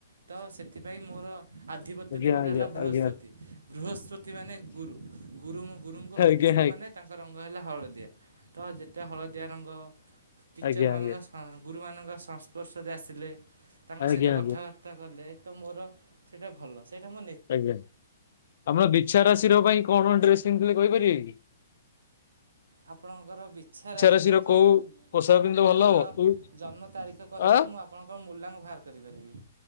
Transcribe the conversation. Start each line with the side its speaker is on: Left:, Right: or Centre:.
Right: ତ ସେଥିପାଇ ମୋର ଆଧିପତ୍ୟ
Left: ଆଜ୍ଞା
Right: ଦେବତା
Left: ଆଜ୍ଞା
Right: ହେଲା ବୃହସ୍ପତି
Left: ଆଜ୍ଞା
Right: ବୃହସ୍ପତି ମାନେ ଗୁରୁ ଗୁରୁ ଗୁରୁଙ୍କ
Left: ଆଜ୍ଞା
Right: ଗୁରୁମାନେ
Left: ଆଜ୍ଞା ଆଜ୍ଞା
Right: ତାଙ୍କ ରଙ୍ଗ ହେଲା ହ ହଳଦିଆ ତ ଯେତେ ଆ ହଳଦିଆ ରଙ୍ଗ ଟିଚରମାନଙ୍କ
Left: ଆଜ୍ଞା ଆଜ୍ଞା
Right: ସ ଗୁରୁମାନଙ୍କ ସଂସ୍ପର୍ଶରେ ଆସିଲେ ତାଙ୍କ
Left: ଆଜ୍ଞା
Right: ସହିତ
Left: ଆଜ୍ଞା
Right: କଥାବାର୍ତ୍ତା କଲେତ ମୋର ସେଇଟା ଭଲ ସେଇଟା ମୋର
Left: ଆଜ୍ଞା ଆମର ବିଛା
Right: ମୁଁ
Left: ରାଶି ର ପାଇଁ କଣ କଣ ଡ୍ରେସ୍ ପିନ୍ଧିବେ କହିପାରିବେ କି? <unintelligible>
Right: ଆପଣଙ୍କର ବିଛା ରାଶି
Left: ରାଶିର
Right: ପାଇଁ କହିପାରିବେନି
Left: କୋଉ ପୋଷାକ ପିନ୍ଧିଲେ
Right: ଆପଣଙ୍କର
Left: ଭଲ ହବ କୋଉ
Right: ଜନ୍ମ ତାରିଖ କହିଲେ
Left: ଅ
Right: ମୁଁ ଆପଣଙ୍କ ମୂଲ୍ୟାଙ୍କ ବାହାର କରିପାରିବି।